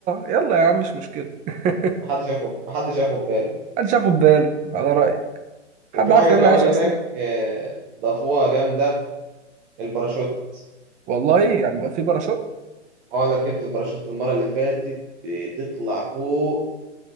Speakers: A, on the right; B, in the centre.
A: يلا يا عم مش مشكله <laughs>
B: محدش ياخد محدش ياخد باله
A: محدش ياخد باله على رأيي حد
B: وفي
A: عارف
B: حاجة
A: ان
B: كمان
A: انا عايش
B: هناك
A: اصلا
B: آه، ضافوها جامدة الباراشوت
A: والله يعني بقى في باراشوت
B: اه انا ركبت الباراشوت المرة اللي فاتت بتطلع فوق